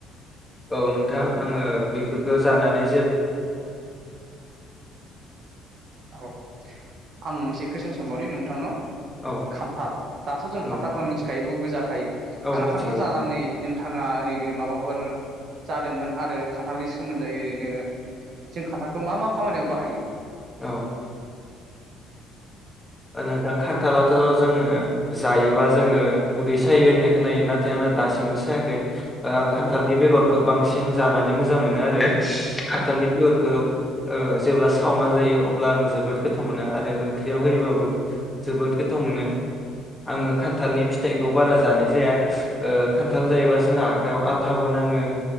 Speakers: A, in the centre; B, on the right.
A: औ नोंथां आङो बेफोरखौ जानानै
B: औ आं मोनसे कुइसन सानबावनि नोंथांनाव।
A: औ
B: खान्थाल दाथ' जों
A: औ
B: खान्थाला बयबो जाखायो।
A: औ
B: खान्थालखौ
A: मिथिगौ
B: जानानै नों थाङा ओरैनो माबाफोर जादोंमोन आरो खान्थालनि सोमोन्दै ओरैनो जों खान्थालखौ मा-मा खामानियाव बाहायो
A: औ ओ नोंथां खान्थालाथ' जोङो जायोबा जोङो उदै सायो होननायखौ खोनायो नाथाय आंना दासिमबो सायाखै ओ आं
B: औ
A: खान्थालनि बेगर गोबांसिन जानानै मोजां मोनो आरो
B: औ
A: खान्थालनि बेअरखौ ओ जेब्ला सावना जायो अब्ला आं जोबोद गोथाव मोनो आरो ओंख्रियाव होयोबाबो जोबोद गोथाव मोनो आङो खान्थालनि फिथाइ खौ बारा जानाय जाया ओ खान्थाल जायोबा जोंना आखायाव आथाबो नाङो